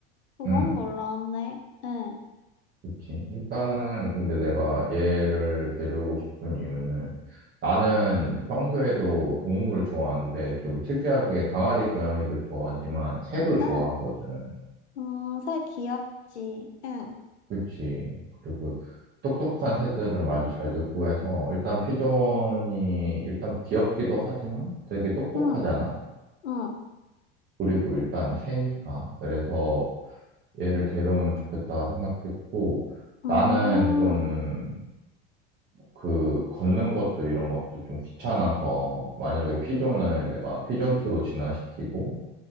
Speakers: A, on the left; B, on the right.
A: 그건
B: 응.
A: 몰랐네. 응,
B: 그치. 일단은 근데 내가 얘를 데려오고 싶은 이유는 나는 평소에도 동물을 좋아하는데 좀 특이하게 강아지, 고양이도 좋아하지만 새도 좋아하거든.
A: 응. 음, 새 귀엽지. 응,
B: 그치. 그리고 똑똑한 새들은 말도 잘 듣고 해서 일단 피존이 일단 귀엽기도 하지만 되게 똑똑하잖아.
A: 응, 응.
B: 그리고 일단 새니까. 그래서 얘를 데려오면 좋겠다 생각했고
A: 음,
B: 나는 좀 그 걷는 것도 이런 것도 좀 귀찮아서 만약에 피존을 내가 피존2로 진화시키고